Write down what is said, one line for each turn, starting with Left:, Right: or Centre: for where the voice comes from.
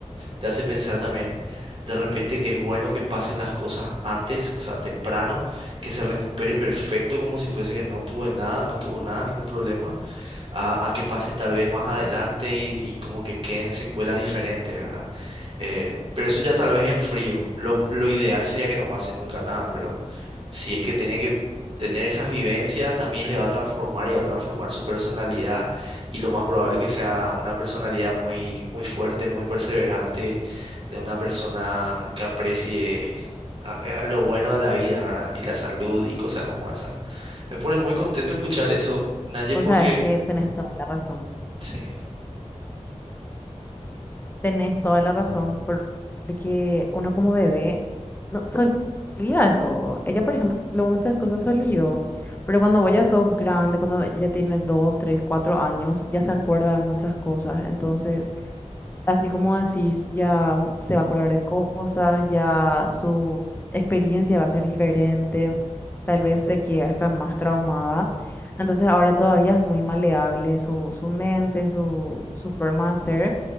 Right: te hace pensar también de repente que es bueno que pasen las cosas antes, o sea, temprano, que se recupere perfecto como si fuese que no tuve nada, no tuvo nada, ningún problema a, a que pasen tal vez más adelante y, y como que queden secuelas diferentes, ¿verdad? Eh, pero eso ya tal vez en frío. Lo, lo ideal sería que no pase nunca nada, pero si es que tiene que tener esas vivencias, también le va a transformar y va a transformar su personalidad y lo más probable que sea una personalidad muy, muy fuerte, muy perseverante, de una persona que aprecie a- a lo bueno de la vida, ¿verdad? Y la salud y cosas como esas. Me pone muy contento escuchar eso, Naye,
Left: O
Right: porque
Left: sea, es que tenés toda la razón.
Right: Sí,
Left: Tenés toda la razón por- porque uno como bebé no se olvida de todo. Ella, por ejemplo, muchas cosas se olvidó, pero
Right: Mm,
Left: cuando vos ya sos grande, cuando ella ya tienes dos, tres, cuatro años, ya se acuerda de muchas cosas. Entonces, así como decís, ya se va a acordar de cosas, ya su experiencia va a ser diferente,
Right: ujú,
Left: tal vez se quede hasta más traumada. Entonces ahora todavía es muy maleable su, su mente, su, su forma de ser.